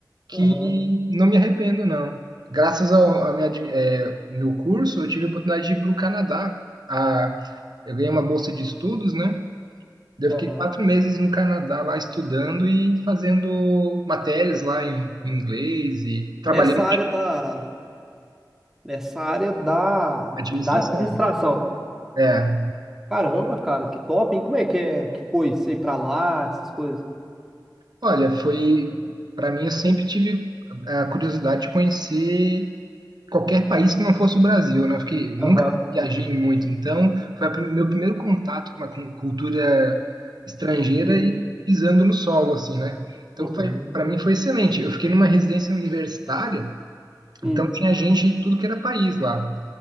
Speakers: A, on the right (about 65°); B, in the centre.
A: que
B: aham,
A: não me arrependo, não. Graças ao a minha, admi- é, meu curso, eu tive a oportunidade de ir para o Canadá. A, eu ganhei uma bolsa de estudos, né? Daí
B: aham.
A: Eu fiquei quatro meses no Canadá lá estudando e fazendo matérias lá em, em inglês e trabalhei
B: Nessa
A: na
B: área tá, nessa área da,
A: administração.
B: da administração.
A: É,
B: Caramba, cara, que top, hein? Como é que é que foi você ir pra lá, essas coisas?
A: olha, foi para mim eu sempre tive a curiosidade de conhecer qualquer país que não fosse o Brasil, né? Porque
B: Aham,
A: nunca viajei muito, então foi a prim- meu primeiro contato com uma cu- cultura estrangeira
B: que diferente.
A: e pisando no solo, assim, né? Então
B: Uhum,
A: foi para mim foi excelente. Eu fiquei numa residência universitária,
B: uhum,
A: então tinha gente de tudo que era país lá.